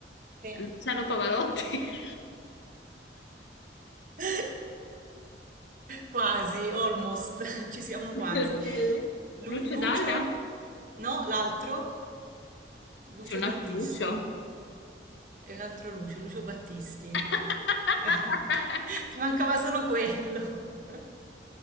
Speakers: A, on the right; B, on the left.
A: Sì.
B: Luciano Pavarotti? <laughs>
A: <laughs> Quasi, almost, <laughs> ci siamo quasi.
B: Con la L?
A: Lu-
B: Lucio
A: Lucio?
B: Dalla?
A: No, l'altro? Lucio
B: C'è un
A: Battisti.
B: altro Lucio?
A: È un altro Lucio, Lucio Battisti. <laughs>
B: <laughs>
A: Ti mancava solo quello. <laughs>